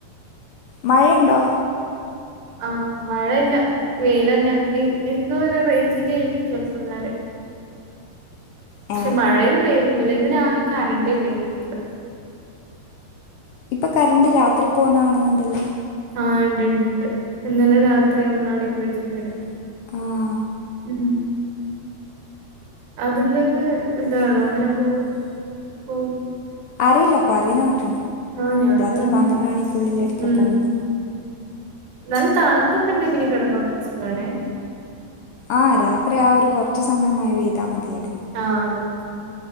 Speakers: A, on the left (about 75°); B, on the right (about 80°).
A: മഴയുണ്ടോ
B: ആഹ മഴയില്ല വെൽന്നെ എന്തോ ഒരു റേഞ്ചിലേ ആരിക്കും ചെിലപ്പോ എന്നാല് പക്ഷെ
A: ഏ
B: മഴയൊന്നും പെയ്യുന്നത് ഇന്ന് രാവിലെ കറണ്ട് ഇല്ലാണ് വീട്ടില്
A: ഇപ്പൊ കറണ്ട് രാത്രി പോകുന്നാണുന്നുണ്ടല്ലേ
B: ആഹ് ഉണ്ട് ഉണ്ട് ഉണ്ട് ഇന്നലെ രാത്രി നമ്മളടും പോയിട്ടുണ്ട വരും
A: ആ
B: ഉ അതെന്തെും ഇതാണോ അങ്ങനെ പോ പോ
A: അറിയില്ലപ്പ പറയ ന നട്ടണം
B: ആഹ് ഞാനും
A: രാത്രി
B: അങ്ങനെ
A: പന്ത്രണ്ട് മണിക്കുള്ളിലടരിക്ക
B: ഉം
A: പോകുന്നു
B: നല്ല താണുപ്പൊക്കെ ഉണ്ടേ പിിന കിടന്നുറഞ്ഞ സുഖണേ
A: ആ രാത്രി ആ ഒരു കുറച്ച സമയമായി വീ്താൽ മതിയായിും
B: ആഹ അതെ